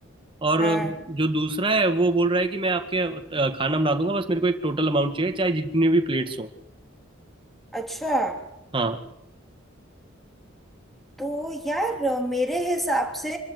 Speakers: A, on the right; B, in the centre.
A: और
B: हाँ
A: जो दूसरा है वो बोल रहा है कि मैं आपके अ, खाना बना दूंगा बस मेरे को एक टोटल अमाउंट चाहिए चाहे जितनी भी प्लेट्स हो
B: अच्छा
A: हाँ
B: तो यार अ, मेरे हिसाब से